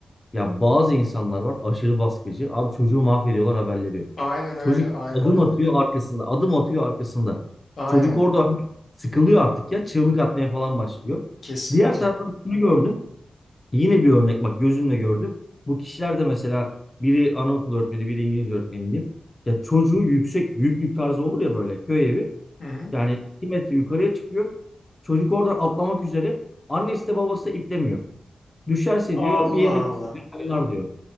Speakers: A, on the left; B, on the left.
A: Ya bazı insanlar var aşırı baskıcı. Abi çocuğu mahvediyorlar haberleri yok.
B: aynen öyle
A: Çocuk
B: aynen
A: adım
B: öyle.
A: atıyor arkasında. Adım atıyor arkasında.
B: Aynen
A: Çocuk orada sıkılıyor artık ya. Çığlık atmaya falan başlıyor.
B: kesinlikle.
A: Diğer taraftan şunu gördüm. Yine bir örnek bak gözümle gördüm. Bu kişiler de mesela biri anaokulu öğretmeni, biri İngiliz öğretmeni diyeyim. Ya çocuğu yüksek yüklük tarzı olur ya böyle köy evi.
B: Hı hı.
A: Yani 2 metre yukarıya çıkıyor. Çocuk oradan atlamak üzere. Annesi de babası da iplemiyor. Düşerse diyor
B: Allah
A: bir yerini
B: Allah.
A: kırarlar diyor.